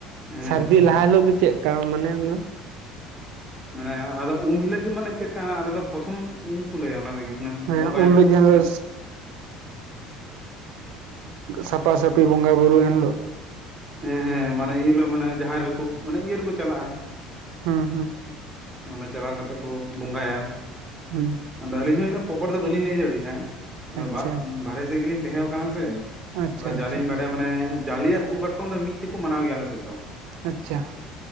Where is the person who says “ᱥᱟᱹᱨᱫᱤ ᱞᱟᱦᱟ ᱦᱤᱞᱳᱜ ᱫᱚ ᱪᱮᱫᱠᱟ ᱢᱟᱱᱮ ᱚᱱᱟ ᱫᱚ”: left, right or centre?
Right